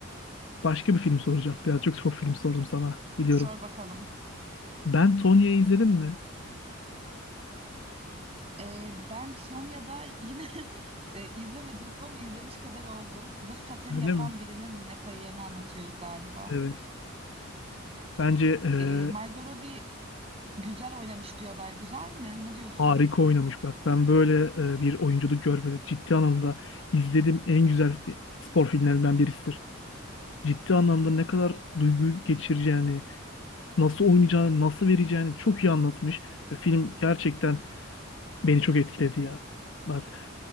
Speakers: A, on the left; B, on the right.
A: Başka bir film soracağım. Biraz çok çok film sordum sana biliyorum.
B: Sor bakalım.
A: Ben Tonya'yı izledim mi?
B: Ee, ben Tonya'da yine <laughs> e, izlemedim ama izlemiş kadar oldum. Buz pateni
A: Öyle
B: yapan
A: mi?
B: birinin yine kariyerini anlatıyordu galiba.
A: Evet. Bence e,
B: Ee, Margot Robbie güzel oynamış diyorlar. Güzel mi? Ne diyorsun?
A: harika oynamış bak. Ben böyle e, bir oyunculuk görmedim. Ciddi anlamda izlediğim en güzel spor filmlerinden birisidir. Ciddi anlamda ne kadar duygu geçireceğini, nasıl oynayacağını, nasıl vereceğini çok iyi anlatmış. Ve film gerçekten beni çok etkiledi ya. Bak